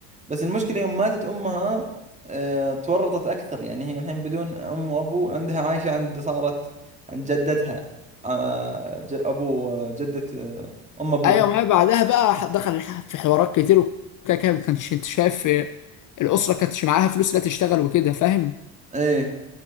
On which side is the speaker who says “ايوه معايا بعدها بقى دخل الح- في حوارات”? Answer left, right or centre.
Left